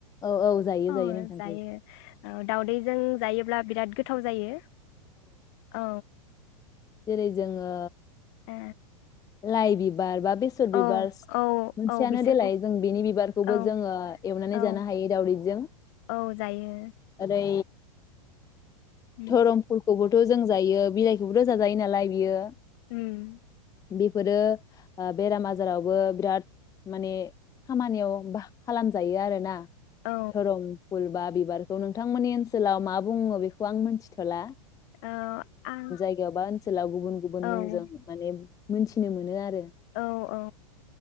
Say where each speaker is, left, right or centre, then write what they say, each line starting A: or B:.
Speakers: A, on the left; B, on the left.
A: औ औ जायो
B: अ
A: जायो नोंथां
B: जायो अ दावउदैजों जायोब्ला बिराद गोथाव जायो। औ
A: जेरै जोङो
B: ओ
A: लाइबिबार बा बेसर बिबारह
B: औ औ
A: मोनसेयानो
B: औ बिसोरखौ
A: देलाय जों बिनि बिबारखौबो
B: औ
A: जोङो एवनानै
B: औ
A: जानो हायो दावदैजों
B: औ जायो
A: ओरै
B: उम
A: धरमफोरखौबो द जों जायो बिलाइखौ रोजा जायो नालाय बियो
B: उम
A: बेफोरो ओ बेराम आजारावबो बिराद माने खामानियाव बाह खालामजायो आरोना
B: औ
A: धरं फुल बाबि बारखौ नोंथांमोननि ओनसोलाव मा बुङो बेखौ आं मोनथिथला
B: ओ आं
A: गायावबा ओनसोव गुबुन गुबुन
B: औ
A: मुंजों माने मोनथिनो मोनो आरो
B: औ औ